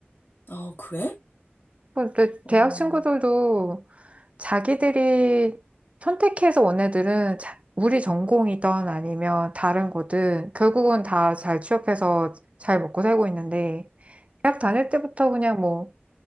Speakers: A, on the left (about 60°); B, on the right (about 30°).
A: 아, 그래?
B: 근데
A: 어,
B: 대학
A: 음,
B: 친구들도 자기들이 선택해서 온 애들은 자- 우리 전공이든 아니면 다른 거든 결국은 다 잘 취업해서 잘 먹고 살고 있는데 대학 다닐 때부터 그냥 뭐